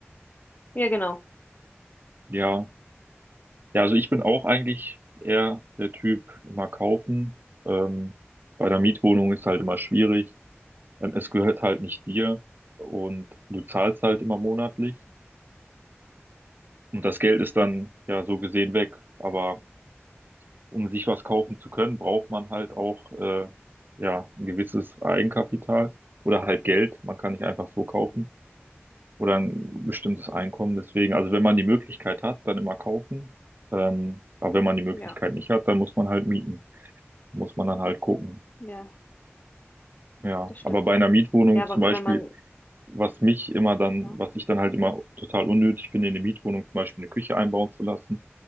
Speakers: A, on the left; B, on the right.
A: Ja, genau.
B: Ja, ja, also ich bin auch eigentlich eher der Typ, immer kaufen. Ähm, bei einer Mietwohnung ist halt immer schwierig. Ähm, es gehört halt nicht dir und du zahlst halt immer monatlich. Und das Geld ist dann ja so gesehen weg. Aber um sich was kaufen zu können, braucht man halt auch äh, ja ein gewisses Eigenkapital oder halt Geld. Man kann nicht einfach so kaufen. oder ein bestimmtes Einkommen. Deswegen, also wenn man die Möglichkeit hat, dann immer kaufen. Ähm, aber wenn man die Möglichkeit
A: Ja,
B: nicht hat, dann muss man halt mieten. Muss man dann halt gucken.
A: ja,
B: Ja,
A: das stimmt.
B: aber bei einer Mietwohnung
A: Ja, aber
B: zum Beispiel,
A: wenn man,
B: was mich immer dann,
A: ja,
B: was ich dann halt immer total unnötig finde, in eine Mietwohnung zum Beispiel eine Küche einbauen zu lassen,